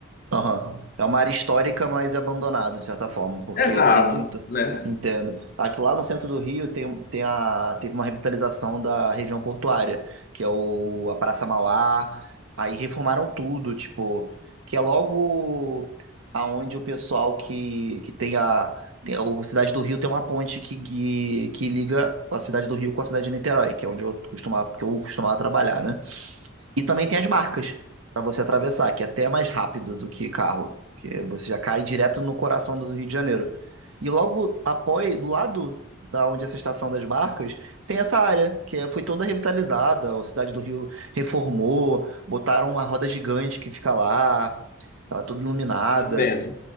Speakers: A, on the right; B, on the left.
A: Aham. É uma área histórica, mas abandonada, de certa forma, porque
B: Exato,
A: tem muito.
B: né?
A: Entendo. Aqui lá no centro do Rio tem, tem a, teve uma revitalização da região portuária, que é o, a Praça Mauá. Aí reformaram tudo, tipo, que é logo aonde o pessoal que, que tem a. Tem, o Cidade do Rio tem uma ponte que, que, que liga a Cidade do Rio com a cidade de Niterói, que é onde eu costumava, que eu costumava trabalhar, né? E também tem as barcas para você atravessar, que é até mais rápido do que carro, que você já cai direto no coração do Rio de Janeiro. E logo após, do lado da onde é essa estação das barcas, tem essa área que é- foi toda revitalizada, a cidade do Rio reformou, botaram uma roda gigante que fica lá, ela é toda iluminada.
B: Entendo.